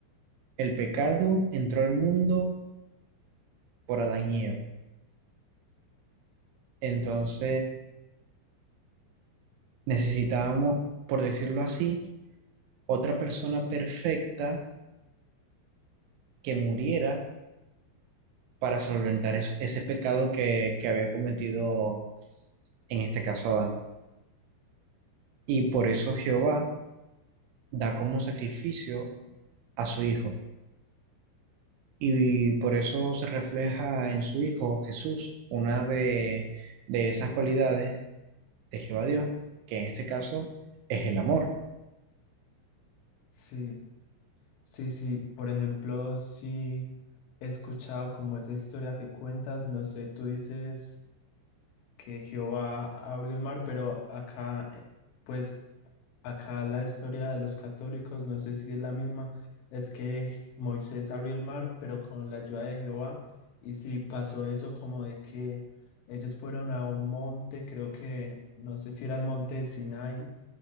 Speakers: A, on the right; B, on the left.
A: el pecado entró al mundo por Adán y Eva. Entonces necesitábamos, por decirlo así, otra persona perfecta que muriera para solventar es- ese pecado que, que había cometido en este caso Adán. Y por eso Jehová da como sacrificio a su hijo. Y por eso se refleja en su hijo Jesús una de, de esas cualidades de Jehová Dios, que en este caso es el amor.
B: Sí, sí, sí, por ejemplo, sí he escuchado como esa historia que cuentas, no sé, tú dices... que Jehová abrió el mar, pero acá, eh, pues, acá la historia de los católicos, no sé si es la misma, es que Moisés abrió el mar, pero con la ayuda de Jehová, y si pasó eso como de que ellos fueron a un monte, creo que, no sé si era el monte de Sinai,